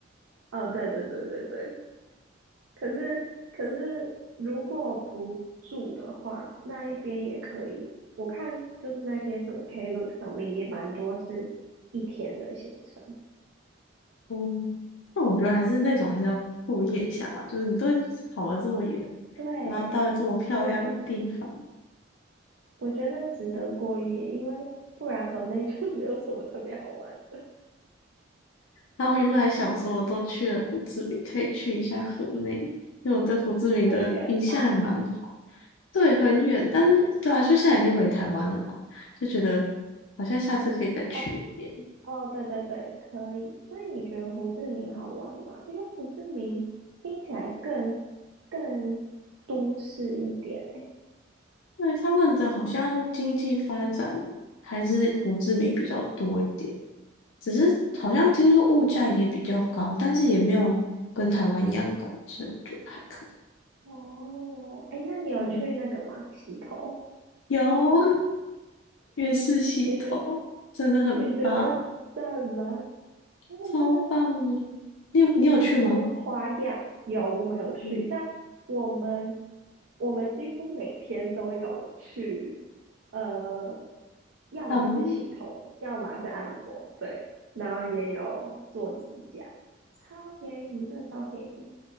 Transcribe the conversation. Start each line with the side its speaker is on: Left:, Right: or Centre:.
Right: <laughs> 哦，对对对对对，可是可是如果不住的话，那一边也可以。我看就是那些什么 Klook 上面也蛮多是一天的行程。
Left: 嗯，那我觉得还是那种还是要过夜一下吧，就是你都跑了这么远，
Right: 对
Left: 然后到了这么漂亮的地方，
Right: 对，我觉得值得过夜，因为不然河内就 <laughs> 没有什么特别好玩的
Left: 然后我原本还想说，
Right: 啊，
Left: 我都去了胡志明，可以去一下河内，因为我对胡志明的印象还蛮好。
Right: 很远吧？
Left: 对，很远，但是对啊，就现在已经回台湾了啦，就觉得好像下次可以再去那边。
Right: 哦哦，对对对，可以。所以你觉得胡志明好玩吗？因为胡志明听起来更更都市一点欸
Left: 因为他们的好像经济发展还是胡志明比较多一点，只是好像听说物价也比较高，但是也没有跟台湾一样高，所以我觉得还可以。
Right: 哦，哎，那你有去那个吗？
Left: 对，
Right: 洗头？
Left: 有 <laughs> 月式洗头，
Right: 你觉
Left: 真的很棒。
Right: 你觉得赞吗？他们真的
Left: 超棒啊！你有你有去吗？
Right: 很多花样，有我们有去，
Left: 嗯，
Right: 但我们我们几乎每天都有去，呃，要么是洗头，
Left: 啊，嗯
Right: 要么是按摩，对，然后也有做指甲，超便宜，真的超便宜。